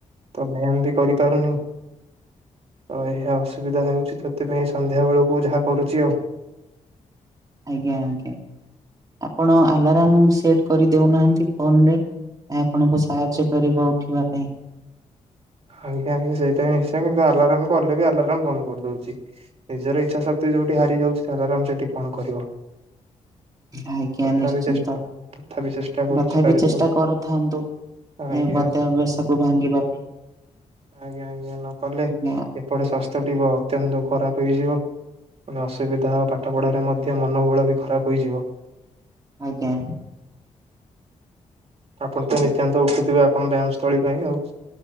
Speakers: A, on the right; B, on the right.
A: ତ ବ୍ୟାୟାମ ବି କରିପାରୁନି ତ ଏହା ଅସୁବିଧା ହଉଛି ତ ସେଥିପାଇଁ ସନ୍ଧ୍ୟାବେଳକୁ ଯାହା କରୁଛି ଆଉ।
B: ଆଜ୍ଞା ଆଜ୍ଞା ଆପଣ ଆଲାରାମ୍ ସେଟ କରି ଦଉନାହାଁନ୍ତି ଫୋନ୍ ରେ। ଏହା ଆପଣଙ୍କୁ ସାହାଯ୍ୟ କରିବ ଉଠିବା ପାଇଁ।
A: ଆଜ୍ଞା ଆଜ୍ଞା ସେଇଟା ନିଶ୍ଚୟ କିନ୍ତୁ ଆଲାରମ କଲେ ବି ଆଲାରମ ବନ୍ଦ କରିଦଉଛି। ନିଜର ଇଚ୍ଛା ଶକ୍ତି ଯୋଉଠି ହାରିଯାଉଛି ସେ ଆଲାରାମ ସେଠି କଣ କରିବ।
B: ଆଜ୍ଞା
A: ତଥାପି
B: ନିଶ୍ଚିନ୍ତ
A: ଚେଷ୍ଟା ତଥାପି ଚେଷ୍ଟା କରୁଛି
B: ତଥା
A: କାଲିଠୁ
B: ବିି ଚେଷ୍ଟା କରୁଥାନ୍ତୁ। ଏ
A: ଆଜ୍ଞା
B: ପତ୍ୟାବସ୍ଥାକୁ ଭାଙ୍ଗିବା ପାଇଁ।
A: ଆଜ୍ଞା ଆଜ୍ଞା ନ କଲେ
B: ଆଜ୍ଞା।
A: ଏପଟେ ସ୍ବସ୍ଥ୍ୟ ଟି ବା ଅତ୍ୟନ୍ତ ଖରାପ ହେଇଯିବ। ପୁଣି ଅସୁବିଧା ଓ ପାଠ ପଢ଼ାରେ ମଧ୍ୟ ମନବଳ ବି ଖରାପ୍ ହୋଇଯିବ।
B: ଆଜ୍ଞା।
A: ଆପଣ ତ ନିିତ୍ୟାନ୍ତ ଉଠୁଥିବେ ଆପଣ ବ୍ୟାୟାମ ସ୍ଥଳୀ ପାଇଁ ଆଉ।